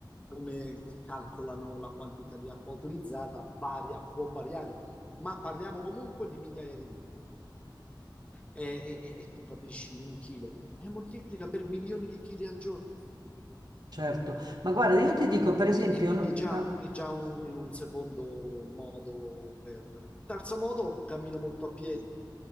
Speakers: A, on the left; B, on the right.
A: come calcolano la quantità di acqua utilizzata, varia, può variare, ma parliamo comunque di migliaia di litri. E, e- e tu capisci un chilo e moltiplica per milioni di chili al giorno.
B: certo. Ma guarda, io ti dico, per esempio...
A: E, e quindi
B: no-
A: già
B: ah,
A: è già un, un- un secondo modo per... Terzo modo, cammino molto a piedi.